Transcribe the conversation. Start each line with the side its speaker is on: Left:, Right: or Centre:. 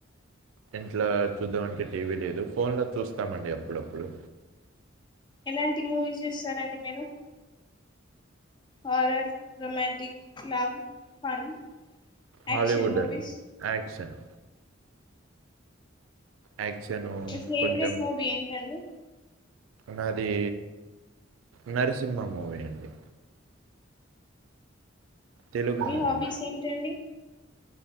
Right: ఇంట్లా చూద్దాంమంటే టీవీ లేదు ఫోన్ లో చూస్తామండి అప్పుడప్పుడు
Left: ఎలాంటి మూవీస్ చూస్తారండి మీరు horror romantic love fun
Right: Hollywood
Left: action మూవీస్
Right: అండి ఆక్షన్ యాక్షను
Left: మీ ఫేవరెట్
Right: కొంచెం
Left: మూవీ ఏంటండి
Right: నాది నరసింహ మూవీ అండి తెలుగు
Left: మీ
Right: మూవీ
Left: హాబీస్ ఏంటండి